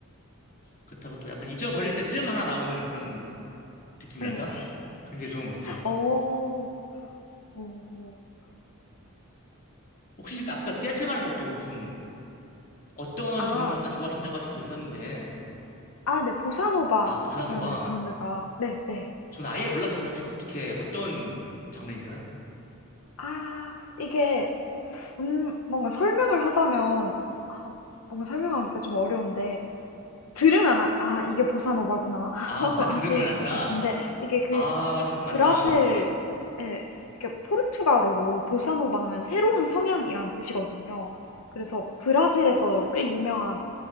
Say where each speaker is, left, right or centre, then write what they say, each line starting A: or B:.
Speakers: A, on the left; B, on the left.
A: 그렇다고 또 약간 잊어버릴 때쯤 하나 나오는 그런 느낌이랄까?
B: 네,
A: 그런 게 좀
B: <laughs>
A: 있죠.
B: 어. 어.
A: 혹시
B: 음.
A: 그 아까 재즈 말고 또 무슨 어떤
B: 아.
A: 장르 하나 좋아하신다고 하신 거 있었는데,
B: 아 네. 보사노바라는
A: 아, 보사노바.
B: 장르가 네 네.
A: 전 아예 몰라서 근데 혹시 어떻게, 어떤 장르인가요?
B: 아 이게 음 뭔가 설명을 하자면 아 뭔가 설명하기가 좀 어려운데 들으면 아 '아 이게 보사노바구나.' <laughs>
A: 아,
B: 하고
A: <laughs>
B: 아실
A: 들으면 안다.
B: 것 같은데 이게 그
A: 아, 들으면
B: 브라질에
A: 안다.
B: 이렇게 포르투갈어로 보사노바 하면 새로운 성향이라는 뜻이거든요. 그래서 브라질에서 꽤 유명한